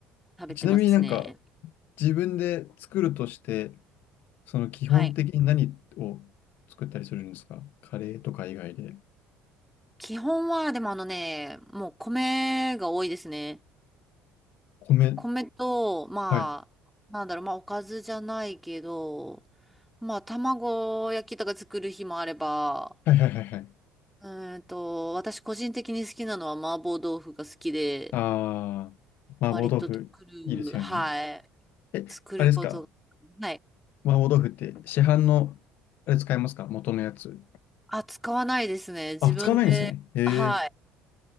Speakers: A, in the centre; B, on the left.
A: 食べてますね。
B: あ。ちなみになんか、自分で作るとして、その基本的に何を作ったりするんですかカレーとか以外で。
A: はい。基本は、でもあのね、もう米が多いですね。
B: 米。
A: 米と、まあ、
B: はい。
A: なんだろう、まあ、おかずじゃないけど、まあ、卵焼きとか作る日もあれば、
B: はいはいはいはい。
A: うーんと、私個人的に好きなのは麻婆豆腐が好きで、
B: ああ。麻婆豆腐、
A: 割と作る、
B: いいですよね。
A: はい、
B: え、
A: 作ることが、
B: あれですか
A: はい。
B: 麻婆豆腐って市販の、あれ使いますか元のやつ。
A: あ、使わないですね。自分で、
B: あ、使わないんですね。へえ。
A: はい。